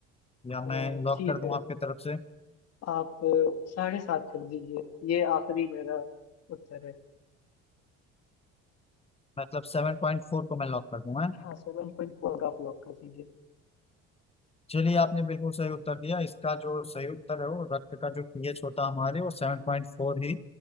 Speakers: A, on the left; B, on the left.
A: या
B: अ,
A: मैं लॉक
B: ठीक
A: कर दूं
B: है
A: आपके तरफ से
B: आप अ, साढ़े सात कर दीजिए ये आखिरी मेरा उत्तर है
A: मतलब सेवन पॉइंट फोर को मैं लॉक कर दूं हैं
B: हाँ सेवन पॉइंट फोर आप लॉक कर दीजिए
A: चलिए आपने बिल्कुल सही उत्तर दिया इसका जो सही उत्तर है वो रक्त का जो पीएच होता है हमारे वो सेवन पॉइंट फोर ही